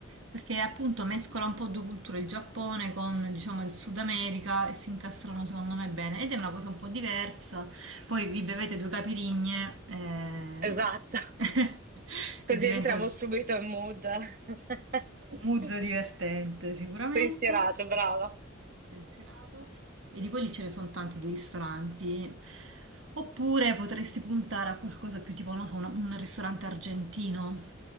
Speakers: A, on the right (about 70°); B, on the right (about 45°).
A: Perché appunto mescola un po' due culture, il Giappone con diciamo il Sud America e si incastrano secondo me bene ed è una cosa un po' diversa. Poi vi bevete due capirigne eh,
B: Esatto.
A: <laughs>
B: Così
A: e diventa
B: entriamo
A: un
B: subito in mood. <laughs>
A: mood divertente sicuramente
B: Spensierato, brava.
A: pensierato e di quelli ce ne sono tanti di ristoranti. Oppure potresti puntare a qualcosa più tipo, non so, un, un ristorante argentino.